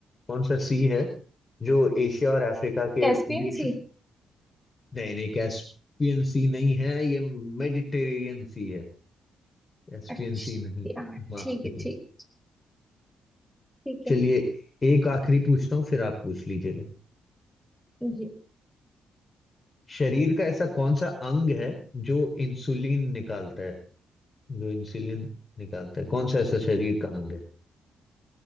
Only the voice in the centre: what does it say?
कैस्पियन
सी
अच्छा
यार
ठीक
है ठीक ठीक
है
जी